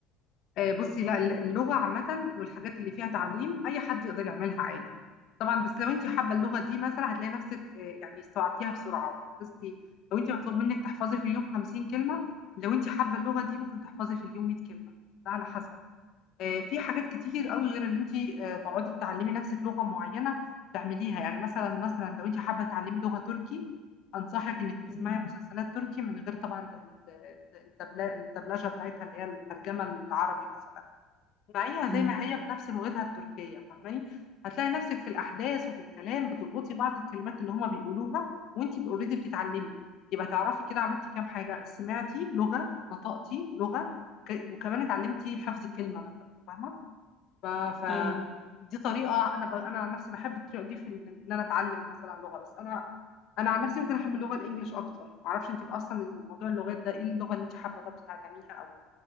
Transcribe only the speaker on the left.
آه، بصي لا الل- اللغه عامه والحاجات اللي فيها تعليم اي حد يقدر يعملها عادي طبعا بس لو انت حابه اللغه دي مثلا هتلاقي نفسك آه، يعني استوعبتيها بسرعه وحفظتي لو انت مطلوب منك تحفظي في اليوم 50 كلمه لو انت حابه اللغه دي ممكن تحفظي في اليوم 100 كلمه ده على حسب آه، في حاجات كتير قوي غير ان انت تقعدي تعلمي نفسك لغه معينه تعمليها يعني مثلا مثلا لو انت حابه تعلمي لغه تركي انصحك انك تسمعي
مسلسلات تركي من غير طبعا د- د- الدبل- الدبلجه بتاعتها اللي هي الترجمه العربي مثلا اسمعيها زي
ما هي بنفس لغتها التركيه فاهماني هتلاقي نفسك في الاحداث وفي الكلام بتلقطي بعض الكلمات اللي هما بيقولوها وانت اوريدي بتتعلمي يبقى تعرفي كده عملتي كام حاجه سمعتي لغه نطقتي لغه ك- وكمان اتعلمتي حفظ كلمه مثلا فاهمه ف... ف
دي طريقه انا ب... انا عن نفسي بحب الطريقه دي في ال- ان انا اتعلم مثلا لغه بس انا انا عن نفسي ممكن احب اللغه الانجليش اكتر ما اعرفش انت اصلا موضوع اللغات ده ايه اللغه اللي انت حابه طب تتعلميها او